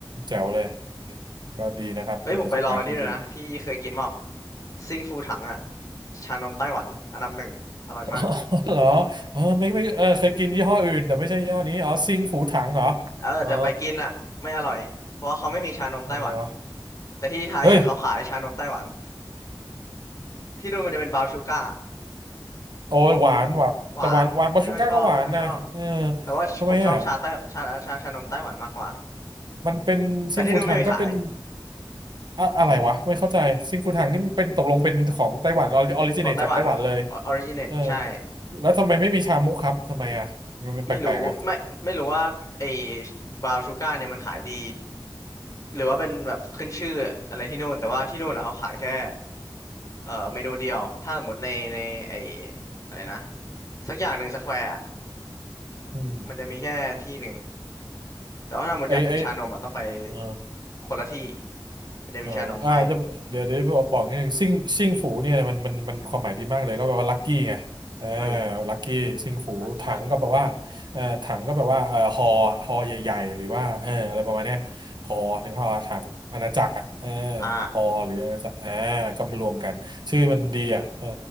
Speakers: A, on the right (about 60°); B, on the left (about 40°).
A: แจ๋วเลยอืมก็ดีนะครับเป็นประสบการณ์ที่ดี
B: เอ้ยผมไปลองอันนี้เลยนะพี่เคยกินเปล่าซิงฟูถังอ่ะชานมไต้หวันอันดับหนึ่งอร่อยมาก
A: <laughs> อ๋อเหรอเออไม่ไม่เออเคยกินยี่ห้ออื่นแต่ไม่ใช่ยี่ห้อนี้อ๋อซิงฝูถังเหรอ
B: เออแต่ไปกินอ่ะไม่อร่อยเพราะว่าเขาไม่มีชานมไต้หวัน
A: อ๋อเอาไงวะ
B: แต่ที่ไทยอ่ะเขาขายชานมไต้หวัน
A: เฮ้ย
B: ที่นู่นมันจะเป็นบราวน์ชูการ์
A: โอ้หวานหวานแต่หวานหวานบาชูก้าก็หวานนะเออ
B: หวานไม่ค่อยชอบไม่ค่อยชอบแต่ว่าผมชอบชาไต้ชาชาชานมไต้หวันมากกว่า
A: ทำไมอ่ะมันเป็นซิงฟูถังก็เป็น
B: แต่ที่นู้นไม่มีขาย
A: อะอะไรวะไม่เข้าใจซิงฟูถังนี่มันเป็นตกลงเป็นของไต้หวันออริจิเนตจากไต้หวันเลย
B: <laughs> ของไต้หวันออริจิน a
A: เออ
B: t ใช่
A: แล้วทำไมไม่มีชามุกครับทำไมอ่ะมันมันแปลกๆอ่ะ
B: ไม่รู้ไม่ไม่รู้ว่าไอ้บราวน์ชูการ์เนี่ยมันขายดีหรือว่าเป็นแบบขึ้นชื่ออะไรที่นู่นแต่ว่าที่นู่นอ่ะเขาขายแค่เอ่อเมนูเดียวถ้าสมมติในในไอ้อะไรนะสักอย่างหนึ่งสแควร์
A: อืม
B: มันจะมีแค่ที่หนึ่งแต่ว่าถ้าสมมติอยากกินชานมอ่ะต้องไป
A: ไอไอเออ
B: คนละที่มันจะมีชานมให้
A: เอออ่าจะเดี๋ยวเดี๋ยวบอกบอกนิดนึงซิ่งซิ่งฝูเนี่ยมันมันมันความหมายดีมากเลยก็แปลว่าลัคกี้ไงอ่า
B: เฮ้ย
A: ลัคกี้ซิ่งฝูถังก็แปลว่าเอ่อถังก็แปลว่าเอ่อฮอฮอใหญ่ๆหรือว่าเอออะไรประมาณเนี้ยฮอนึกภาพว่าถังอาณาจักรอ่ะเออ
B: ลักกี้อ่า
A: ฮอหรืออาณาจักรอ่าก็มารวมกันชื่อมันดีอ่ะเออ